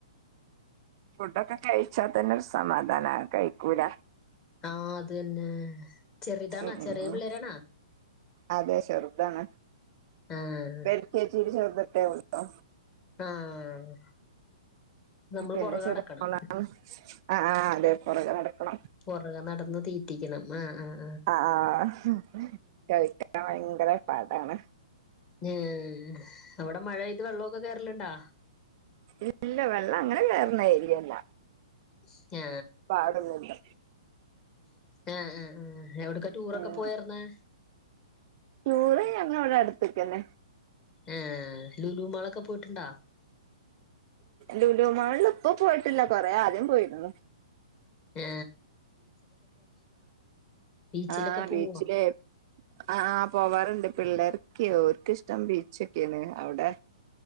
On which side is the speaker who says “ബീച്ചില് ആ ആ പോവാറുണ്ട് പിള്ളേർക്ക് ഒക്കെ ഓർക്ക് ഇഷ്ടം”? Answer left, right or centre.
Right